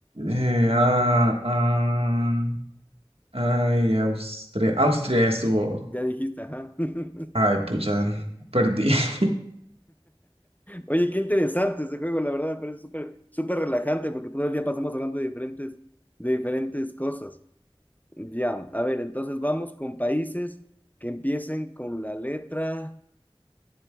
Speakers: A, on the right; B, on the left.
A: eh, ah, ah, ay, Austria, Austria estuvo.
B: ya dijiste, ajá. <laughs>
A: Ay, pucha, perdí. <laughs>
B: Oye, qué interesante ese juego, la verdad, me parece súper, súper relajante porque todo el día pasamos hablando de diferentes, de diferentes cosas. Ya, a ver, entonces vamos con países que empiecen con la letra